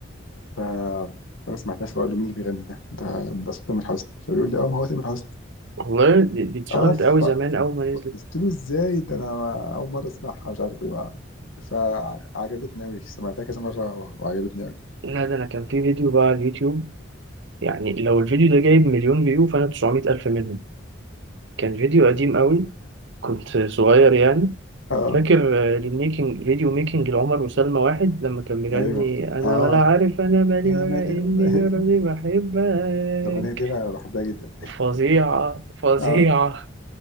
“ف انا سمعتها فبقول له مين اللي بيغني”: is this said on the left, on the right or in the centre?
Left